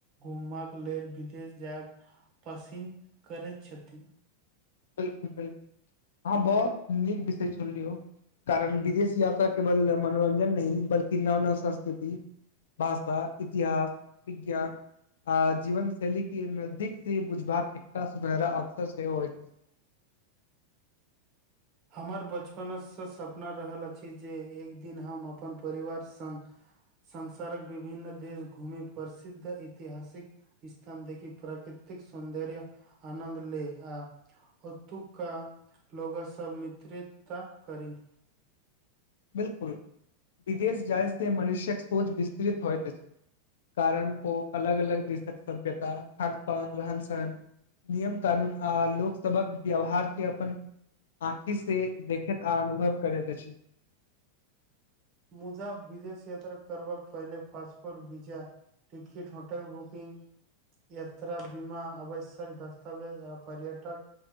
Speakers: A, on the right (about 35°); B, on the left (about 85°).
A: घूमक लेल विदेश जायब पसीन करैत छथिन
B: बिल्कुल बिल्कुल आहाँ बहोत नीक विषय चुनिलय कारण विदेश यात्रा केवल मनोरञ्जन नहि बल्की नव नव संस्कृति भाषा इतिहास विज्ञान आ जीवन शैली के नजदीक सी बुझबाक एकटा सुनहरा अवसर सेहो अछि
A: हमर बचपनसँ सपना रहल अछि जे एक दिन हम अपन परिवार संग संसारक विभिन्न देश घूमि प्रसिद्ध इतिहासिक स्थान देखि प्राकृतिक सौन्दर्य आनन्द ले आ ओतुका लोग सभ मित्रितता करी
B: बिलकुल विदेश जाइ से मनुषयक सोच विस्तृत होइत अछि कारण ओ अलग अलग देशक सभ्यता खान पान रहन सहन नियम कानून आ लोकसभक व्यवहार के अपन आँखि से देखैत आ अनुभव करैत अछि <inaudible>
A: मुजा विदेश यात्रा कर पहिल passport visa ticket hotel booking यात्रा बीमा आवश्यक दस्तावेज पर्यटक